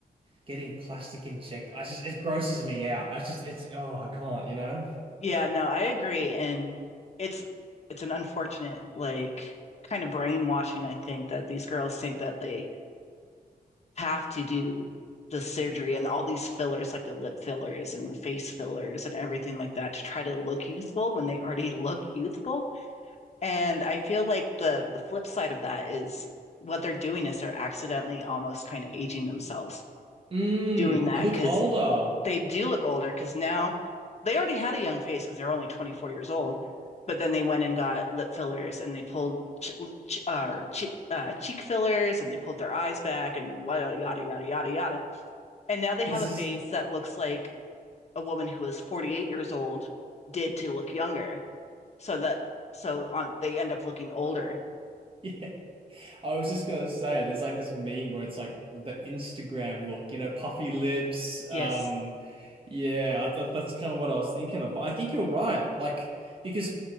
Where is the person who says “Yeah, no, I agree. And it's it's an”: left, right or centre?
Left